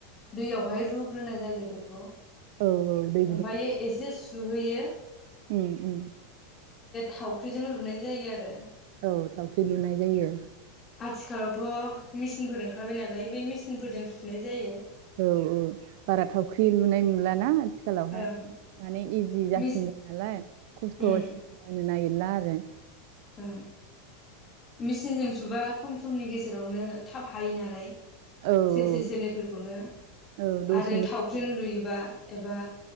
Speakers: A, on the left; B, on the right.
A: दैयावहाय रुग्रोनाय जायो बेखौ
B: औ औ दै
A: ओमफाय एसे सु दुहैयो
B: उ उ
A: थावख्रिजों लुनाय जायो आरो
B: <unintelligible> थावख्रि लुनाय जायो।
A: आथिखालावथ' मिसिनफोर ओंखारबाय नालाय बै मिस चिनफोरजों सुनाय जायो
B: औ औ बारा थावख्रि लुनाय नुलाना आथिखालावहाय
A: ओं
B: माने इजि जासिनबाय
A: मिस
B: नालाय खस्थ'
A: उम
B: <unintelligible> नागिरला आरो <unintelligible>
A: ओ मेचिनजों सुबा खम समनि गेजेरावनो थाब हायो नालाय
B: औ
A: सेरसे सेरनैफोरखौनो
B: औ दसेनो
A: आरो थावख्रिजों
B: जायो
A: लुयोबा एबा